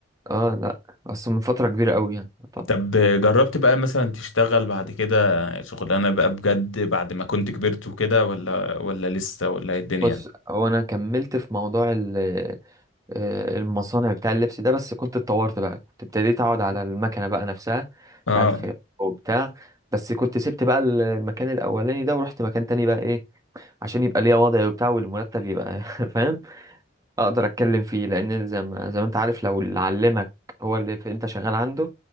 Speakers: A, on the right; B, on the left.
A: اه لا اصل من فتره كبيره قوي يعني طب
B: طب جربت بقى مثلا تشتغل بعد كده شغلانة بقى بجد بعد ما كنت كبرت وكده ولا ولا لسه ولا ايه الدنيا
A: بص هو انا كملت في موضوع آه، المصانع بتاع اللبس ده بس كنت اتطورت بقى كنت ابتديت اقعد على المكنه بقى نفسها
B: اه
A: بتاع الخياطه وبتاع بس كنت سبت بقى المكان الاولاني ده ورحت مكان تاني بقى ايه عشان يبقى ليا وضعي وبتاع والمرتب يبقى <laughs> فاهم اقدر اتكلم فيه لان زي ما زي ما انت عارف لو اللي علمك هو اللي في- انت شغال عنده